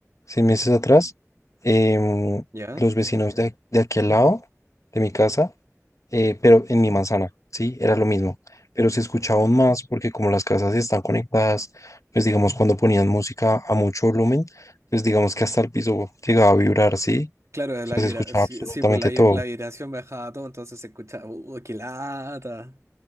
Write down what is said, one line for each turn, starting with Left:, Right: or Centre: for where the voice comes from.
Left: seis meses atrás, em,
Right: ¿ya?
Left: los vecinos de, de aquí al lado de mi casa, eh, pero en mi manzana, sí, era lo mismo, pero se escuchaba aún más porque como las casas están conectadas, pues digamos, cuando ponían música a mucho volumen, pues digamos que hasta el piso llegaba a vibrar, sí,
Right: Claro,
Left: o
Right: la
Left: sea,
Right: vibra,
Left: se escuchaba
Right: sí,
Left: absolutamente
Right: sí, pues la, vi-
Left: todo.
Right: la vibración me bajaba todo, entonces se escuchaba, uy, qué lata!